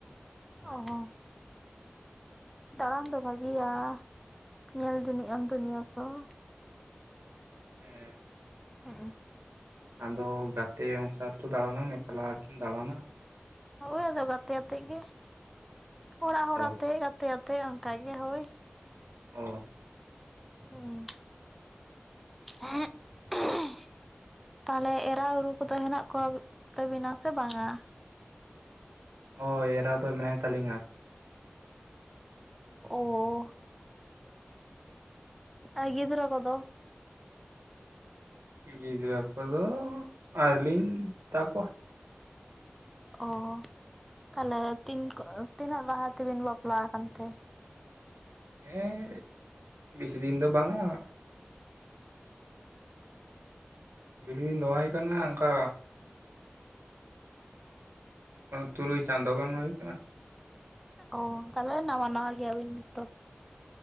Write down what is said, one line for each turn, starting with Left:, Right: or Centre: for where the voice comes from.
Centre: ᱚ ᱦᱚᱸ ᱾ ᱫᱟᱬᱟᱱ ᱫᱚ ᱵᱷᱟᱜᱤᱭᱟ, ᱧᱮᱞ ᱡᱚᱱᱤᱡ ᱟᱢ ᱫᱩᱱᱤᱭᱟᱹ ᱠᱚ ᱾
Right: ᱦᱮᱸ ᱾
Centre: ᱦᱮᱸ ᱮ ᱾
Right: ᱟᱢ ᱫᱚ ᱜᱟᱛᱮ ᱚᱱᱩᱥᱟᱨ ᱛᱚ ᱫᱟᱬᱟᱱᱟᱢ ᱮᱠᱞᱟ ᱠᱤᱢ ᱫᱟᱬᱟᱱᱟ ᱾
Centre: ᱦᱳᱭ, ᱟᱫᱚ ᱜᱟᱛᱮ ᱟᱛᱮ ᱜᱮ ᱚᱲᱟᱜ ᱦᱚᱲ
Right: ᱦᱳᱭ
Centre: ᱟᱛᱮ ᱜᱟᱛᱮ ᱟᱛᱮ ᱚᱱᱠᱟ ᱜᱮ, ᱦᱳᱭ ᱾
Right: ᱚ ᱾
Centre: ᱦᱩᱸ ᱦᱮᱸ ᱦᱮᱸᱨᱻ ᱛᱟᱦᱚᱞᱮ ᱮᱨᱟ ᱩᱨᱩ ᱠᱚᱫᱚ ᱦᱮᱱᱟᱜ ᱠᱚᱣᱟ ᱛᱟᱵᱤᱱᱟ ᱥᱮ ᱵᱟᱝᱟ?
Right: ᱦᱳᱭ, ᱮᱨᱟ ᱫᱚ ᱢᱮᱱᱟᱭ ᱛᱟᱹᱞᱤᱧᱟ ᱾
Centre: ᱚ, ᱟᱨ ᱜᱤᱫᱽᱨᱟᱹ ᱠᱚᱫᱚ?
Right: ᱜᱤᱫᱽᱨᱟᱹ ᱠᱚᱫᱚ ᱟᱹᱣᱨᱤ ᱞᱤᱧ ᱦᱟᱛᱟ ᱠᱚᱣᱟ ᱾
Centre: ᱚ, ᱛᱟᱦᱚᱞᱮ ᱛᱤᱱ ᱠᱚ ᱛᱤᱱᱟᱹᱜ ᱞᱟᱦᱟ ᱛᱮᱵᱤᱱ ᱵᱟᱯᱞᱟ ᱟᱠᱟᱱ ᱛᱮ?
Right: ᱦᱮᱸ, ᱵᱮᱥᱤ ᱫᱤᱱ ᱫᱚ ᱵᱟᱝᱟ ᱾ ᱵᱮᱥᱤ ᱫᱤᱱ ᱫᱚ ᱵᱟᱭ ᱦᱚᱭ ᱠᱟᱱᱟ ᱚᱱᱠᱟ᱾ ᱛᱩᱨᱩᱭ ᱪᱟᱸᱫᱳ ᱜᱟᱱ ᱦᱩᱭ ᱟᱠᱟᱱᱟ᱾
Centre: ᱚ ᱛᱟᱦᱚᱞᱮ ᱱᱟᱣᱭᱟ ᱱᱟᱣᱭᱟ ᱜᱮᱭᱟᱵᱤᱱ ᱱᱤᱛᱚᱜ᱾